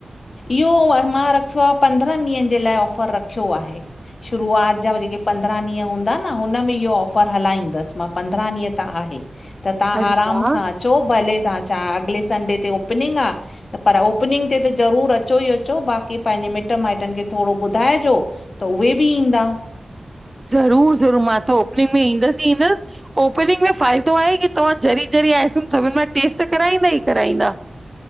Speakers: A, on the left; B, on the right.
A: इहो मां रखयो आ, पंद्रहन ॾींहन जे लाइ ऑफर रखयो आहे। शुरूआत जा जेके पंद्रहां ॾींहं हूंदा न, हुनमें इहो ऑफर हलाईंदस मां। पंद्रहां ॾींहं त आहे, त तहां
B: अरे
A: आराम
B: वाह
A: सां अ अचो भले तहां, चा अॻले संडे ते ओपनिंग आ, त पर ओपनिंग ते त ज़रूरु अचो ई अचो, बाक़ी पांजे मिट माइटन खे थोड़ो ॿुधाइजो, त उहे बि ईंदा।
B: ज़रूर ज़रूर, मां त ओपनिंग में ईंदस ई ईंदस ओपनिंग में फ़ाइदो आहे की, तव्हां जरी जरी आइस्क्रीम सभिन मां टेस्ट त कराईंदा ई कराईंदा।